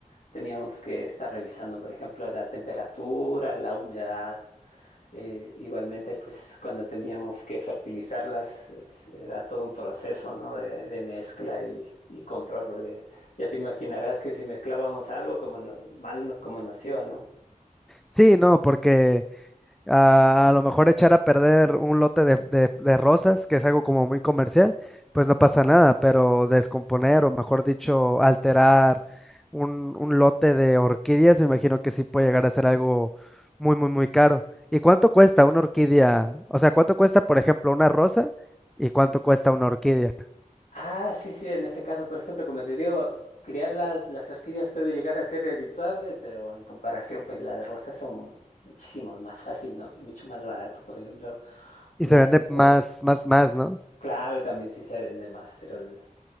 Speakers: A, on the left; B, in the centre.
A: Teníamos que estar revisando, por ejemplo, la temperatura, la humedad. Eh, igualmente, pues cuando teníamos que fertilizarlas, es- era todo un proceso, ¿no? De, de mezcla y, y control, porque ya te imaginarás que si mezclábamos algo, como no- mal no- como nos iba, ¿no?
B: Sí, no, porque... a, a lo mejor echar a perder un lote de, de- de rosas, que es algo como muy comercial, pues no pasa nada, pero descomponer o mejor dicho, alterar un, un lote de orquídeas, me imagino que sí puede llegar a ser algo muy, muy, muy caro. ¿Y cuánto cuesta una orquídea? O sea, ¿cuánto cuesta, por ejemplo, una rosa y cuánto cuesta una orquídea?
A: Ah, sí, sí, en este caso, por ejemplo, como te digo, criar las, las orquídeas puede llegar a ser redituable, pero en comparación, pues las rosas son muchísimo más fácil, ¿no? Y mucho más barato, por ejemplo,
B: Y
A: unas,
B: se vende
A: o,
B: más, más, más, ¿no?
A: claro, y también sí se vende más, pero el-